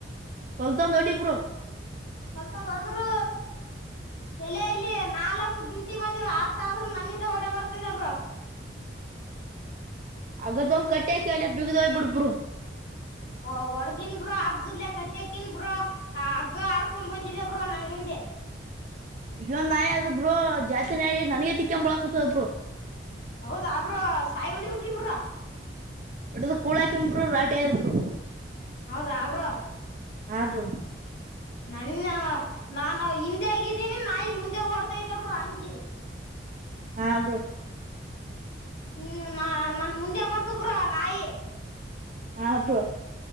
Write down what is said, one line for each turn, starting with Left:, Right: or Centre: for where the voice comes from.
Right: ಕಲ್ತಂಗೊಡು ಹೊಡಿ ಬ್ರೋ
Left: ಸ್ವಲ್ಪ ದ ಹೊಡದ್ರು ತಲೆಯಲ್ಲಿ ನಾಲ್ಕು ಗುಮಟಿ ಬಂದಿವ ಆತ ಆದ್ರುೂ ನ ಓಡೆ ಬರ್ತಿದಬ್ರರು
Right: ಅಗದ ಒಂಗ ಕಟ್ಟ್ಯಾಕ ಅಲ್ಲ ಬಿಗ್ದ ಹಯ್ಬಿಡ್ಬರು
Left: ಓ ಹೊಡದನ್ ಬ್ರೋ ಹಗ್ಗದ್ಲೆ ಕಟ್ಟ್ಯಕನ್ ಬ್ರೋ ಹಗ್ಗ ಹರ್ಕೊಂಡ್ ಬಂದಿದೆ ಬ್ರೋ ನನ್ ಹಿಂದೆ ಹ
Right: ಇೊ್ ನಾಯಿ ಅದ ಬ್ರರು ಜಾಸ್ತಿ ನಾಯಿ ನನಗೆ ತಿಕ್ಕೊಂಡ ಬಳ ಕುೂತದ ಬ್ರೋ
Left: ಹೌದಾಬ್ರ ಸಾಯಿ ಬಿಡ್ಬೇಕ್ರಿಬ್ರ
Right: ಒಟ್ಟದ ಕೂಳಾ ಕೆಂಬರು ರಾಟಿ ಆದರು
Left: ಹೌದಾ ಅವರು
Right: ಹಾಬ್ರ
Left: ನನ್ನ ನಾನು ಹಿಂದೆ ಆಗಿದ್ದೀನಿ ನಾಯಿ ಮುಂದೆ ಓಡ್ತಾ ಇದ್ದೇಬರು ಅಂಜಿ
Right: ಹಾ ಬ್ರೋ
Left: ಹ್ಮ್ ನಾ ನನ್ ಮುಂದೆ ಬಂತ ಬ್ರ ನಾಯಿ
Right: ಹಾ ಬ್ರೋ